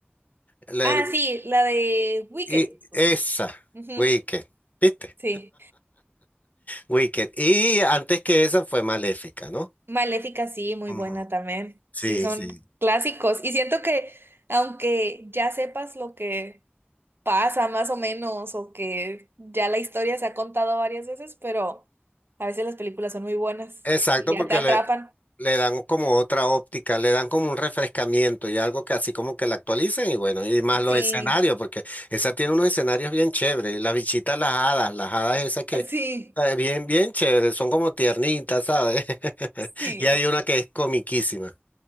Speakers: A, on the left; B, on the right.
A: La-
B: Ah, sí, la de Wicked.
A: y esa,
B: Ujú,
A: Wicked, ¿viste?
B: sí.
A: Wicked. Y antes que esa fue Maléfica, ¿no?
B: Maléfica, sí, muy
A: Ujú.
B: buena también.
A: Sí,
B: Sí, son
A: sí.
B: clásicos. Y siento que aunque ya sepas lo que pasa más o menos o que ya la historia se ha contado varias veces, pero a veces las películas son muy buenas
A: Exacto,
B: y ya
A: porque
B: te atrapan.
A: le, le dan como otra óptica, le dan como un refrescamiento y algo que así como que la actualicen y bueno, y más los
B: Sí,
A: escenarios, porque esa tiene unos escenarios bien chéveres, las bichitas, las hadas, las hadas esas que
B: sí,
A: eh, bien, bien chéveres, son como tiernitas, ¿sabes? <laughs>
B: sí.
A: Y hay una que es comiquísima.